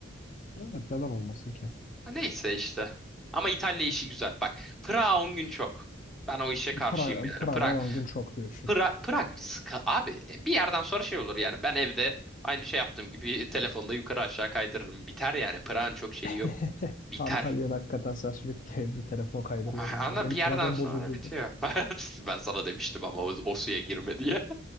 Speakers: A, on the left (about 40°); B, in the centre.
A: Evet neden olmasın ki?
B: Ha, Neyse işte. Ama İtalya işi güzel. Bak Prag on gün çok. Ben o işe karşıyım
A: Praga,
B: yani.
A: Praga
B: Prag,
A: on gün çok diyorsun.
B: Prag, Prag sıkı- abi e, bir yerden sonra şey olur yani. Ben evde aynı şey yaptığım gibi telefonda yukarı aşağı kaydırırım. Biter yani. Prag'ın çok şeyi
A: <laughs>
B: yok. Biter.
A: Antalya'da hakikaten sen sürekli evde telefon kaydırıyordun
B: Ah,
A: ya.
B: Ama
A: Benim
B: bir
A: telefon
B: yerden sonra
A: bozulduydu.
B: bitiyor. <laughs> Ben sana demiştim ama o, o suya girme diye.